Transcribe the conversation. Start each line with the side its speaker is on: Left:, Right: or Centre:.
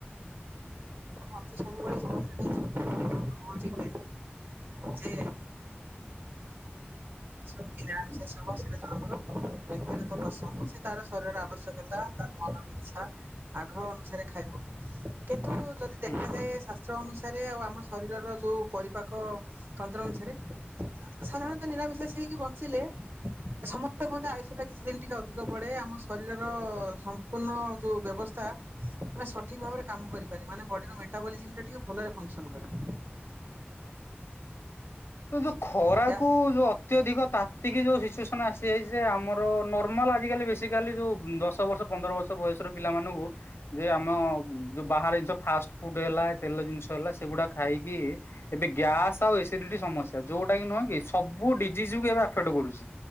Right: ମତେ ସବୁବେଳେ ଜୀବନରେ ଯେ କ <unintelligible> ସେଇଟା ଜଣଙ୍କର ବ୍ୟକ୍ତିଗତ ପସନ୍ଦ ସେ ତାର ଶରୀରର ଆବଶ୍ୟକତା ତାର ମନର ଇଚ୍ଛା ଆଗ୍ରହ ଅନୁସାରେ ଖାଇବ କିନ୍ତୁ ଯଦି ଦେଖାାଯଏ
Left: ହୁଁ।
Right: ଶାସ୍ତ୍ର ଅନୁସାରେ ଆଉ ଆମ ଶରୀରର ଯୋଉ ପରିପାକ ତନ୍ତ୍ର ଅନୁସାରେ ସାଧାରଣତଃ ନିରାମିଶାଷି ହେଇକି ବ ଥିଲେ ସମସ୍ତେ କୁହନ୍ତି ଆୟୁଷ ଟା କିଛି ଦିନ ଟିକେ ଅଧିକ ବଢ଼େ ଆମ ଶରୀରର ତ ସମ୍ପୂର୍ଣ ଯୋଉ ବ୍ୟବସ୍ଥା ମାନେ ସଠିକ୍ ଭାବରେ କାମ କରିପାରେ ମାନେ ବଡିର ମେଟାବଲିଜିମ ଟା ଟିକେ ଭଲରେ ଫଙ୍କସନ କରେ
Left: ହ ହ ତ ଯୋଉ ଖରାକୁ
Right: ଏହା
Left: ଯୋଉ ଅତ୍ୟଧିକ ତା ତିକି ଯୋଉ ସିଚୁଏସନ ଆସିଯାଇ ଯେ ଆମର ନର୍ମାଲ ଆଜିକାଲି ବେସିକାଲି ଯୋଉ ଦଶ ବର୍ଷ ପନ୍ଦର ବର୍ଷ ବୟସର ପିଲାମାନଙ୍କୁ ଯେ ଆମ ଯୋଉ ବାହାର ଜିନିଷ ଫାଷ୍ଟ ଫୁଡ ହେଲା ତେଲ ଜିନିଷ ହେଲା ସେଗୁଡା ଖାଇକି ଏବେ ଗ୍ୟାସ ଆଉ ଏସିଡିଟି ସମସଯ୍ୟା ଯୋଉଟା କି ନୁହେଁ କି ସବୁ ଡିଜିଜ କୁ ଏବେ ଆଫେକ୍ଟ କରୁଛି